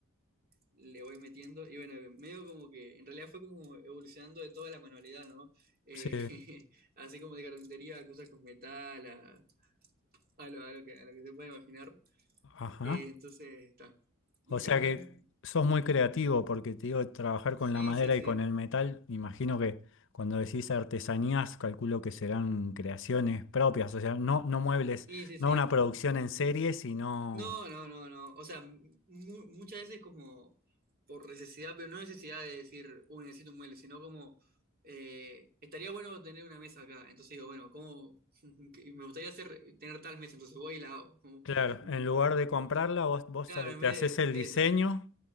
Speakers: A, on the right; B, on the left.
A: le voy metiendo. Y bueno, medio como que en realidad fue como evolucionando de toda la manualidad, ¿no? Eh,
B: Sí.
A: <laughs> así como de carpintería a cosas con metal, a, a lo, a lo que, a lo que se puede imaginar.
B: Ajá.
A: Eh, entonces, está. Mm,
B: O sea
A: mm,
B: que sos muy creativo porque te digo, trabajar con
A: Sí,
B: la madera
A: sí, sí.
B: y con el metal, me imagino que cuando decís artesanías, calculo que serán creaciones propias, o sea, no, no muebles,
A: Sí, sí,
B: no
A: sí.
B: una producción en serie, sino,
A: No, no, no, no. O sea, m- mu- muchas veces como por necesidad, pero no necesidad de decir, uy, necesito un mueble, sino como, eh, estaría bueno tener una mesa acá. Entonces digo, bueno, ¿cómo? <laughs> que Me gustaría hacer, tener tal mesa, entonces voy y la hago. Como,
B: claro,
A: <laughs> mm,
B: en lugar de comprarla, vos, vos
A: Claro, en
B: te
A: vez
B: haces el
A: de
B: diseño.
A: eso,